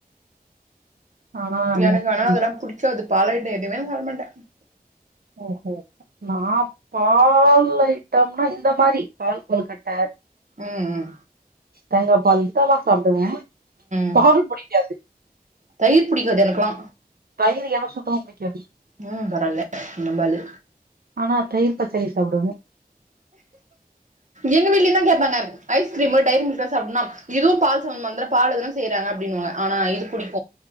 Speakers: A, on the right (about 75°); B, on the right (about 50°).
A: ஆனா
B: எனக்கு ஆனா
A: கொஞ்சோ
B: அதெல்லா புடிக்காது பால் ஐட்டம் எதுமே நா சாப்ட மாட்டே
A: ஓ ஓ நா பா பால் ஐட்டம்னா இந்த மாறி பால் கொலுக்கட்ட
B: உம் ம்
A: தேங்காப்பால் எடுத்தாதா சாப்ட்டுவே
B: ம்
A: பால் புடிக்காது
B: தயிர் புடிக்காது எனக்குல்லா
A: தயிர் எனக்கு சுத்தமா பிடிக்காது
B: உம் பரவால்ல நம்பாளு
A: ஆனா தயிர் பச்சடி சாப்புடுவே
B: எங்க விட்லையு தா கேப்பாங்க ஐஸ்கிரீமு டைரி மில்க்லா சாப்புன்னுன்னா இதுவு பால் சம்மத்தமானதுல்ல பால்லதான செய்றாங்க அப்டின்னுவ ஆனா இது புடிக்கு